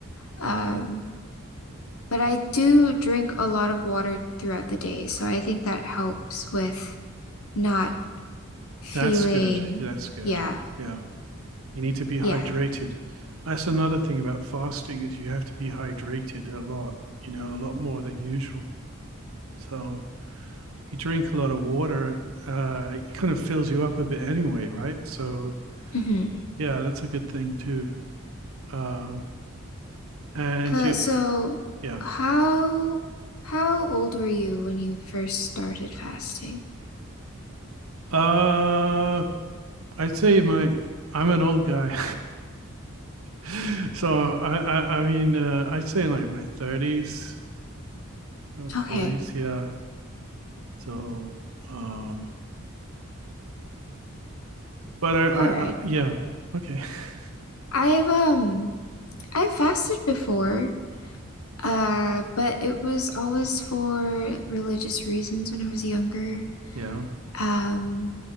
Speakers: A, on the left; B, on the right.
A: Um, but I do drink a lot of water throughout the day, so I think that helps with not feeling,
B: that's good. Yeah, that's good.
A: yeah,
B: Yeah. You need to be hydrated.
A: yeah.
B: That's another thing about fasting is you have to be hydrated a lot, you know, a lot more than usual. So if you drink a lot of water, uh, it kind of fills you up a bit anyway, right? So
A: hmm
B: yeah, that's a good thing too. Um, and
A: Uh,
B: you,
A: so
B: yeah.
A: how how old were you when you first started fasting? <laughs>
B: Uh, I'd say my I'm an old guy, <laughs> so I I, I mean uh, I'd say in like my 30s, uh, 40s,
A: Okay,
B: yeah. So um, but I, I,
A: all right.
B: I yeah, okay, <laughs>
A: I have um I fasted before, uh, but it was always for religious reasons when I was younger.
B: yeah,
A: Um,